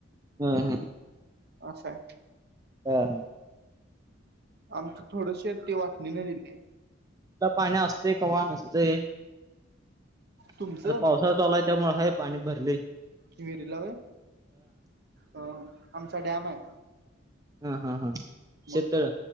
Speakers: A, on the right (about 15°); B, on the right (about 50°).
A: हम हम
B: असय
A: हा हा
B: आमच थोड शेत ते वाटणीन दिलय
A: कवा पाणी असतय कवा नसतय आता
B: तुमचं
A: पावसाच चालू हाय त्यामुळे हाय पाणी भरलय
B: विहिरीला होय हो आमचा डॅम हाय
A: हा हा हा
B: मोठा
A: शेततळ